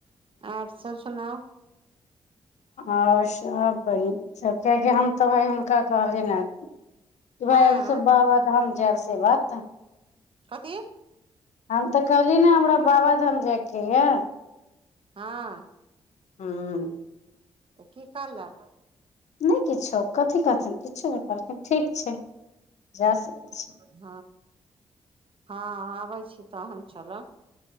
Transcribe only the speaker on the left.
आओ सभ बरी जत जे हम तहलियैन हुनका कहलिय ने बुझैये
इ सभ बाबाधान जाइ चलत
हम तऽ कहलि न हमरा बाबाधाम जायके यो
हूँ
नहि किछो कथी करथिन किछो नहि कहलकैन ठीक छै ज सकै छी।